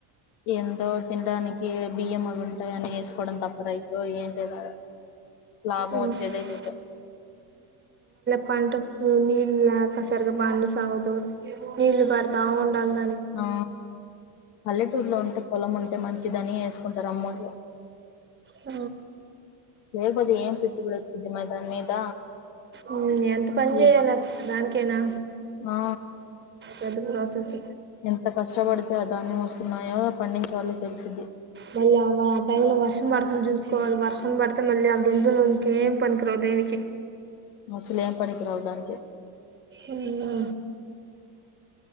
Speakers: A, on the left; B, on the right.
A: ఏంటో తినడానికి బియ్యం అవి ఉంటాయి అని వేసుకోవడం తప్ప రైత్ లో ఏం లేద లాభం
B: ఉమ్.
A: వచ్చేదే
B: ఉమ్,
A: లేదు
B: పంట కు నీళ్ లేక సరిగా పండి సావదు నీళ్లు పడతా ఉండాల దాన్
A: ఆ పల్లెటూర్లో ఉంటే పొలం ఉంటే మన్ మంచిదని వేసుకుంటారు అమ్మోళ్
B: అ
A: లేకపోతే ఏం పెట్టుబడి వచ్చింది మరి దాని మీద
B: ఉమ్ ఎంత పని చేయాలి
A: ఈ
B: అసలు దానికైనా
A: ఆ
B: పెద్ద ప్రాసెస్
A: ఎంత కష్టపడితే ఆ ధాన్యం వస్తున్నాయో పండించేవాళ్ళకి తెలిసిద్ది
B: మళ్ళీ అ ఆ టైం లో వర్షం పడుతుంది చూసుకోవాలి వర్షం పడితే మళ్ళీ ఆ గంజులోకేం పనికిరాదు దేనికి
A: అసలు ఏం పనికి రావు దానికి
B: ఉమ్ ఆ